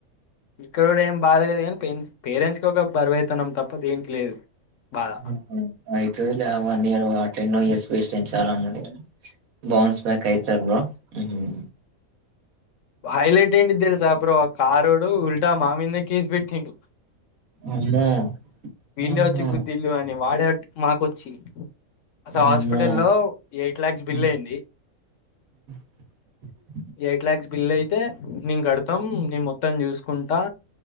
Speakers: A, on the left; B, on the right.
A: ఇక్కడ ఏం బాధలేదు కానీ పేరెంట్స్ క ఒక బరువైతున్నాం తప్ప తప్ప దేనికి లేదు బాధ
B: హమ్ అయిత దిలే ఆవన్ ఇయర్ అట్లా ఎన్నో ఇయర్స్ వేస్ట్ అయ్యింది చాలా మందికి గాని బౌన్స్ బ్యాక్ అయితావ హమ్
A: హై లైట్ ఏంది తెలుసా బ్రో ఆ కారోడు ఉల్టా మా మీద కేస్ పెట్టిండు
B: అమ్మో
A: వీళ్ళ
B: ఆహా!
A: వచ్చి గుద్దిలు అని వాడే మాకొచ్చి అసలు హాస్పిటల్
B: అమ్మో!
A: లో ఎయిట్ లాక్స్ బిల్
B: హ్మ్.
A: అయింది
B: <inaudible>
A: ఎయిట్ లాక్స్ బిల్లైతే నేన్ గడుతాం నేన్ మొత్తం జూస్కుంటా